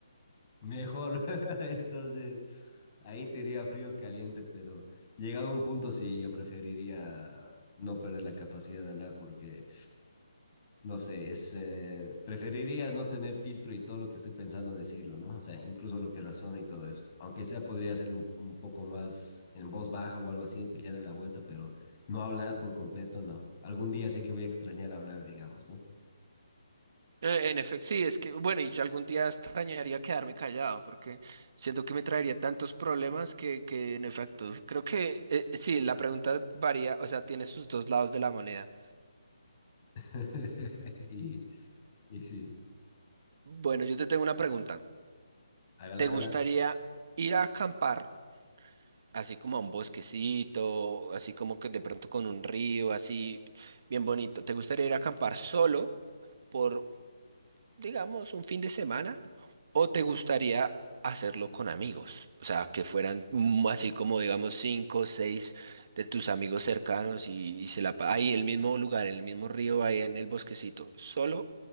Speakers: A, on the left; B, on the right.
A: Mejor. <laughs> Entonces, ahí te iría frío caliente, pero llegado a un punto sí, yo preferiría no perder la capacidad de hablar porque, no sé, es, eh, preferiría no tener filtro y todo lo que estoy pensando decirlo, ¿no? O sea, incluso lo que razono y todo eso. Aunque sea, podría hacerlo un, un poco más en voz baja o algo así, pillarle la vuelta, pero no hablar por completo, no. Algún día sé que voy a extrañar hablar, digamos, ¿no?
B: Eh, en efecto, sí, es que, bueno, y yo algún día extrañaría quedarme callado porque siento que me traería tantos problemas que, que en efecto, creo que, eh, sí, la pregunta varía, o sea, tiene sus dos lados de la moneda.
A: <laughs> Y, y sí,
B: Bueno, yo te tengo una pregunta.
A: hágala,
B: ¿Te
A: hágala
B: gustaría ir a acampar, así como a un bosquecito, así como que de pronto con un río, así bien bonito? ¿Te gustaría ir a acampar solo por, digamos, un fin de semana? ¿O te gustaría hacerlo con amigos? O sea, que fueran mm, así como, digamos, cinco o seis de tus amigos cercanos y, y se la... pa- Ahí, en el mismo lugar, en el mismo río, ahí en el bosquecito, ¿solo